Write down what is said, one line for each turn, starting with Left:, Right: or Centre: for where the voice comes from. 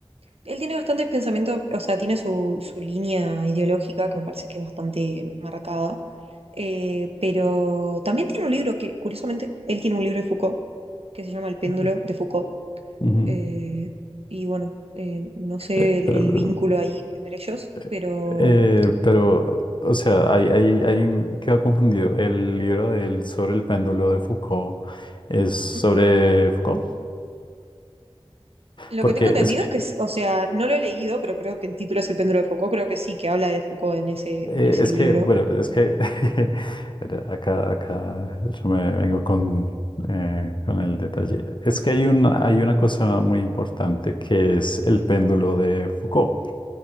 Right: Él tiene bastantes pensamientos, o sea, tiene su, su línea ideológica que me parece que es bastante marcada, eh, pero también tiene un libro que, curiosamente, él tiene un libro de Foucault que se llama El péndulo
Left: Ujú.
Right: de Foucault.
Left: Ujú.
Right: eh, y bueno, eh, no sé
Left: Eh,
Right: el,
Left: pero,
Right: el vínculo ahí entre ellos,
Left: eh,
Right: pero
Left: eh, pero, o sea, ahí, ahí, ahí me quedo confundido. El libro de él sobre el péndulo de Foucault es sobre
Right: mm,
Left: Foucault,
Right: lo
Left: porque
Right: que tengo entendido
Left: es que
Right: es que, s- o sea, no lo he leído, pero creo que el título es El péndulo de Foucault, creo que sí, que habla de Foucault en ese,
Left: Eh,
Right: en ese
Left: es
Right: libro.
Left: que, bueno, es que <laughs> era- acá, acá yo me vengo con, eh, con el detalle. Es que hay una, hay una cosa muy importante que es el péndulo de Foucault,